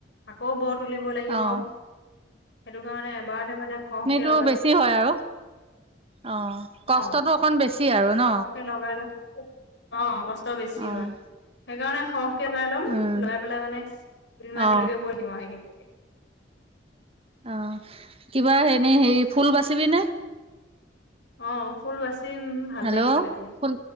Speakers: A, on the left (about 80°); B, on the right (about 35°).
A: আকৌ বত তুলিব লাগিব।
B: অ',
A: সেইটো কাৰণে এবাৰতে মানে ক
B: টো বেছি হয় আও। অ
A: অ
B: কষ্টটো অকণ বেছি আৰু ন।
A: সৰহকে লগাই লওঁ অ কচ ট বেছি
B: অ',
A: হয়। সেইকাৰণে স ভৰাই ল'ম
B: উম।
A: লৰাই পেলাই মানে দুদিনমান
B: অ
A: দিললৈকে বৈহিম আৰু সে
B: অ' কিবা হেৰি এনেই, সেই ফুল বাচিবি নে
A: অ' ফুল আছে বাচিম ভাল
B: হেল্ল'
A: লাগিব তেতিয়া,
B: ফুল